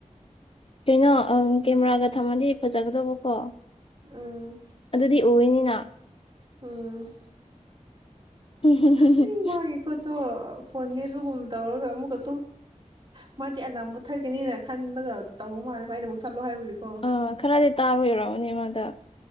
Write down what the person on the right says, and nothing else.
ꯎꯝ
ꯎꯝ
ꯑꯩ ꯃꯥꯒꯤ ꯈꯨꯠꯇꯣ ꯐꯣꯟ ꯃꯦꯠꯄꯒꯨꯝꯕ ꯇꯧꯔꯒ ꯑꯃꯨꯛꯀ <unintelligible> ꯃꯥꯗꯤ ꯑꯦꯂꯥꯝ ꯊꯠꯀꯅꯤꯅ ꯈꯟꯕꯒ ꯇꯧꯕ ꯃꯥꯜꯦꯕ ꯑꯩꯅ ꯃꯨꯏ ꯊꯠꯂꯣ <unintelligible>